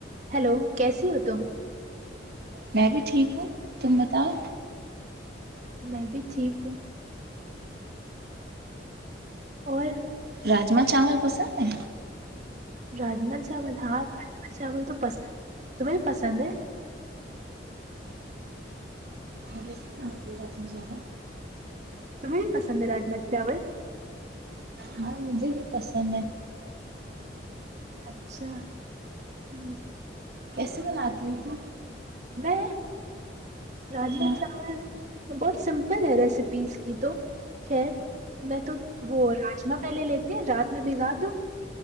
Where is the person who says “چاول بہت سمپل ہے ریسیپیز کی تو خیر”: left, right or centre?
Right